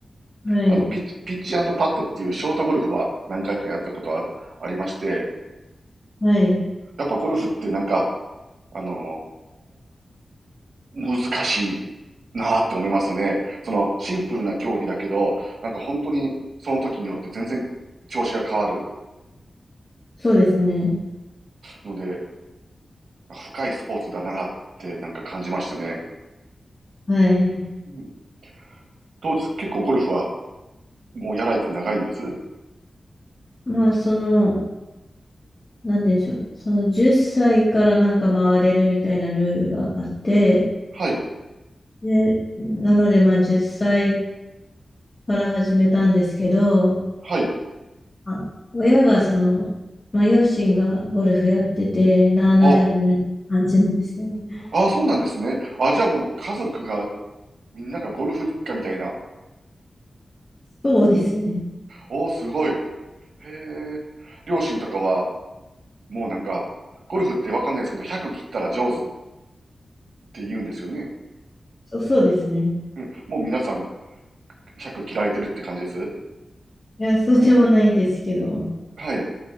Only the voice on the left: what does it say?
はい。
はい。
そうですね。
はい。
まあ、その、なんでしょう。その10歳からなんか回れるみたいなルールがあって、
で、なのでまあ10歳から始めたんですけど、
あ親がその、まあ、両親がゴルフやってて、なあなあで始めた感じなんですよね。
そうですね。
そう、そうですね。
いや、そうでもないですけど。